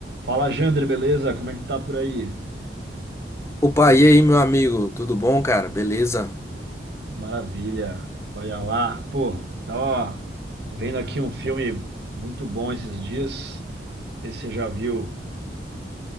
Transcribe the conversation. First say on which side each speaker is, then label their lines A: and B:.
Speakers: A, on the right; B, on the left.
A: Fala, Jander, beleza? Como é que tá por aí?
B: Opa, e aí, meu amigo? Tudo bom, cara? Beleza?
A: Maravilha. Olha lá. Pô, tava vendo aqui um filme muito bom esses dias. Não sei se você já viu